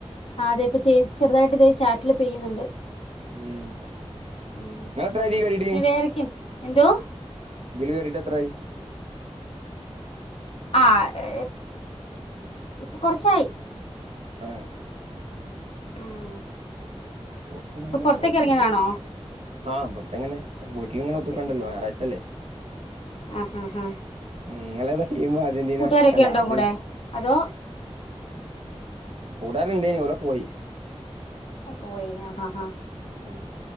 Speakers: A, on the left; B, on the right.
A: ആ അതെ ഇപ്പൊ ചെറുതായിട്ട് ഇതേ ചാറ്റല് പെയ്യുന്നുണ്ട്.
B: ഉം
A: പിന്നെ
B: നിങ്ങള് എത്രായി ഇതില് കേറിയിട്ട്
A: വേറെക്കെയും എന്തോ
B: ജല കയറിട്ട എത്രായി
A: ആ ഏ ഇപ്പൊ കൊറച്ചായി
B: <unintelligible>
A: ഉം
B: കുറച്ചൊന്നായില്ല
A: ഇപ്പൊ പുറത്തേക്ക്
B: നമ്മള് ഇപ്പ
A: ഇറങ്ങിയതാണോ
B: ആഹ് അമ്പടുത്തെങ്ങനെ വീട്ടിലിങ്ങനെ
A: പുറത്തേക്ക്
B: ഒത്തക്കണ്ടല്ലോ
A: ഇറങ്ങിയതാ
B: ഞായറാഴ്ച അല്ലെ
A: ആ ആ ആ
B: നിങ്ങത അർജന്റീന
A: കൂട്ടുകാരൊക്കെ
B: അല്ല
A: ഉണ്ടോ
B: അതിന്
A: കൂടെ അതോ
B: കൂടാനുണ്ട് ഓലൊക്കെ പോയി
A: പോയി ആ ആ
B: ഉം